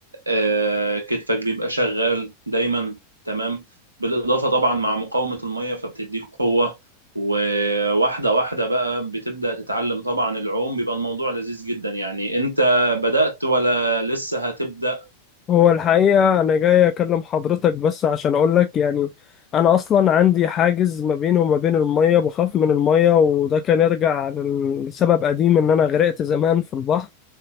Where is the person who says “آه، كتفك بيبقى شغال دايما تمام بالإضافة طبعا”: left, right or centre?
Right